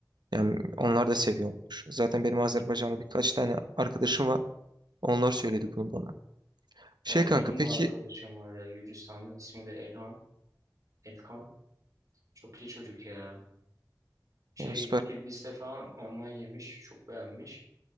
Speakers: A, on the right; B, on the right.
A: Yani onlar da seviyormuş. Zaten benim Azerbaycanlı birkaç tane arkadaşım var. Onlar söyledi bunu bana. Şey
B: Aa,
A: kanka
B: benim
A: peki
B: de arkadaşım var ya Gürcistanlı ismi de Elhan Elkan çok iyi çocuk ya. Şey
A: ya süper.
B: Tiflis'te falan ondan yemiş. Çok beğenmiş.